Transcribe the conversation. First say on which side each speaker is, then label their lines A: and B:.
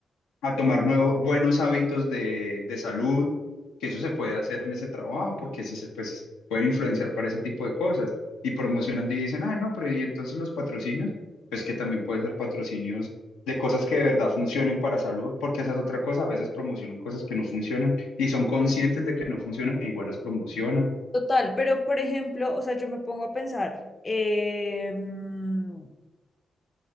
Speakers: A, on the left; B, on the left.
A: a tomar nuevos, buenos hábitos de, de salud, que eso se puede hacer en ese trabajo, porque ese se- pues, pueden influenciar para ese tipo de cosas. Y promocionando y dicen, ah, no, pero y entonces los patrocinios, pues que también pueden ser patrocinios de cosas que de verdad funcionen para salud, porque esa es otra cosa, a veces promocionan cosas que no funcionan y son conscientes de que no funcionan e igual las promocionan.
B: Total, pero por ejemplo, o sea, yo me pongo a pensar, em,